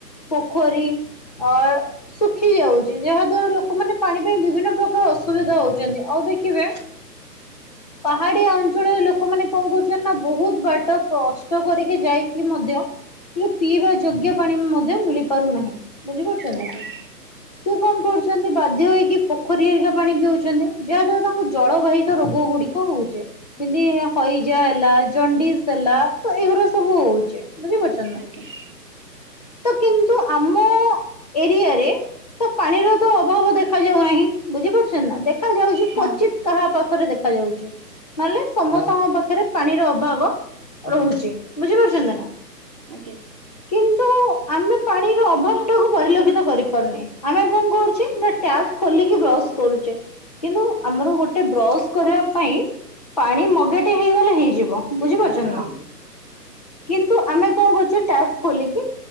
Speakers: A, on the left; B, on the right.
A: ପୋଖରୀ, ଅ ଶୁଖି ଯାଉଛି। ଯାହା ଦ୍ଵାରା ଲୋକମାନେ ପାଣି ପାଇଁ ବିଭିନ୍ନ ପ୍ରକାର ଅସୁବିଧା ହଉଛନ୍ତି। ଆଉ ଦେଖିବେ ପାହାଡିଆ ଅଞ୍ଚଳରେ ଲୋକମାନେ କଣ କରହୁଛନ୍ତି ନା, ବୋହୁତ୍ ବାଟ କଷ୍ଟ କରିକି ଯାଇକି ମଧ୍ୟ ଟିକେ ପିଇବା ଯୋଗ୍ୟ ପାଣି ମଧ୍ୟ ମିଳି ପାରୁନାହିଁ। ବୁଝିପାରୁଛନ୍ତି
B: ଆଜ୍ଞା
A: ନା? ସେ କଣ କରୁଛନ୍ତି। ବାଧ୍ୟ ହେଇକି ପୋଖରୀଆରିକା ପାଣି ପିଉଛନ୍ତି। ଯାହା ଦ୍ଵାରା ତାଙ୍କୁ ଜଳବାହିତ ରୋଗ ଗୁଡିକ ରୋଗ, ହୋଉଛି। ଯେମିତି ହଇଜା ହେଲା, ଜଣ୍ଡିସ୍ ହେଲା, ତ ଏଇଗୁଡା ସବୁ ହୋଉଛି। ବୁଝିପାରୁଛ
B: ଆଜ୍ଞା
A: ତ କିନ୍ତୁ ଆମ ଏରିଆରେ ତ ପାଣିର ତ ଅଭାବ ଦେଖାଯାଉ ନାହିଁ। ବୁଝିପାରୁଛନ୍ତି ନା? ଦେଖ ଦେଖା ଯାଉଛି,
B: ହଁ
A: କ୍ୱଚିତ କାହା ପାଖରେ ଦେଖାଯାଉଛି। ନହେଲେ ସମସ୍ତଙ୍କ ପାଖରେ ପାଣିର ଅଭାବ ରହୁଛି। ବୁଝିପାରୁଛନ୍ତି ନା?
B: ଆଜ୍ଞା
A: କିନ୍ତୁ ଆମେ ପାଣିର ଅଭାବଟାକୁ ପରିଲକ୍ଷିତ କରିପାରୁନେ। ଆମେ କଣ କରୁଛେ, ନା ଟ୍ୟାପ୍ ଖୋଲିକି ବ୍ରସ୍ କରୁଛେ କିନ୍ତୁ ଆମର ଗୋଟେ ବ୍ରସ୍ କରିବା ପାଇଁ, ପାଣି ମଗେଟେ ହେଇଗଲେ ହେଇଯିବ। ବୁଝିପାରୁଛନ୍ତି
B: ହଁ
A: ନା? କିନ୍ତୁ ଆମେ କଣ କରୁଛେ, ଟ୍ୟାପ୍ ଖୋଲିକି